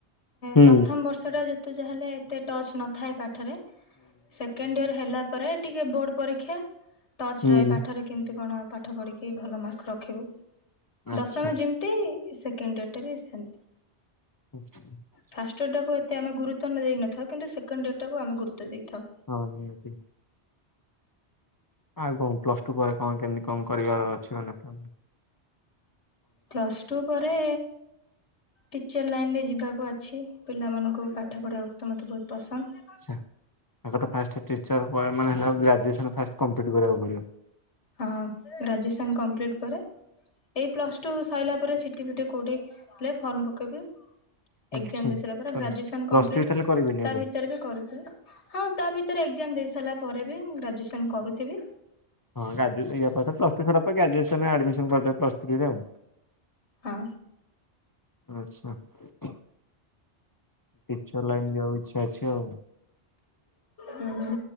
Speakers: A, on the left; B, on the left.
A: ହୁଁ
B: ପ୍ରଥମ ବର୍ଷଟା ଯେତେ ଯାହା ହେଲେ ଏତେ ଟଚ୍ ନଥାଏ ପାଠରେ। ସେକେଣ୍ଡ ଇୟର ହେଲା ପରେ ଟିକେ ବୋର୍ଡ ପରୀକ୍ଷା ଟଚ
A: ହୁଁ
B: ରହେ ପାଠରେ। କେମିତି କଣ ପାଠ ପଢିକି ଭଲ ମାର୍କ ରଖିବୁ
A: ଆଚ୍ଛା
B: ଦଶମ ଯେମତି। ସେକେଣ୍ଡ ୟର ଟା ବି ସେମତି।
A: ଆଛ
B: ଫାଷ୍ଟ ଇଅର ଟା କୁ ଏତେ ଆମେ ଗୁରୁତ୍ୱ ଦେଇ ନଥାଉ କିନ୍ତୁ ସେକେଣ୍ଡ ଇଅର ଟାକୁ ଆମେ ଗୁରୁତ୍ୱ ଦେଇଥାଉ।
A: ହଁ ନିହାତି। ଆଉ କଁ ପ୍ଲସ ଟୁ ପରେ କଣ କେମିତି କଁ କରିବାର ଅଛି ମାନେ ପ୍ଲାନିଂ।
B: ପ୍ଲସ୍ ଟୁ ପରେ। ଟିଚର୍ ଲାଇନରେ ଯିବାକୁ ଅଛି ପିଲା ମାନଙ୍କୁ ପାଠ ପଢ଼େଇ ବାକୁ ତ ମୋତେ ବହୁତ ପସନ୍ଦ।
A: ଆଚ୍ଛା ଆଗ ତ ଫାଷ୍ଟ ଟିଚର ପଏ ମାନେ ହେଲା ଗ୍ରାଜୁଏସନ ଫାଷ୍ଟ କମ୍ପ୍ଲିଟ୍ କରିବାକୁ ପଡିବ।
B: ହଁ ଗ୍ରାଜୁଏସନ୍ କମ୍ପ୍ଲିଟ୍ ପରେ। ଏଇ ପ୍ଲସ ଟୁ ସଇଲା ପରେ ସିଟି ଫିଟି କୋଉଠି ହେଲେ ଫର୍ମ ପକେଇବି।
A: ଆଚ୍ଛା।
B: ଏକ୍ଜାମ ଦେଇସାରିଲା ପରେ ଗ୍ରାଜୁଏସନ
A: ପ୍ଲସ
B: କମ୍ପ୍ଲିଟ
A: ଥ୍ରୀ ତାହେଲେ କରିବେନି
B: ତା
A: ଏବେ?
B: ଭିତରେ ବି କରୁଥିବି। ହଁ ତା ଭିତରେ ଏକ୍ଜାମ ଦେଇ ସାରିଲା ପରେ ବି ମୁଁ ଗ୍ରାଜୁଏସନ କରୁଥିବି।
A: ହଁ ଗାଜୁ ୟା ପରେ ତ ପ୍ଲସ୍ ଟୁ ସଇଲା ପରେ ଗ୍ରାଜୁଏସନ୍ ରେ ଆଡମିସନ କରିଦବ ପ୍ଲସ୍ ଥ୍ରୀରେ ଆଉ।
B: ହଁ।
A: ଆଛା ଟିଚର ଲାଇନ ଯିବାକୁ ଇଛା ଅଛି ଆଉ।
B: ହୁଁ ହୁଁ